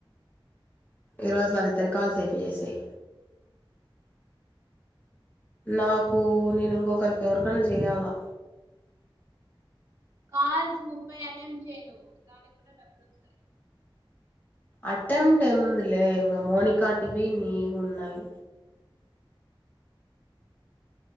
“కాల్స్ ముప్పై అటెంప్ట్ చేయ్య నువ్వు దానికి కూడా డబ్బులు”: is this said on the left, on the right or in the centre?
Right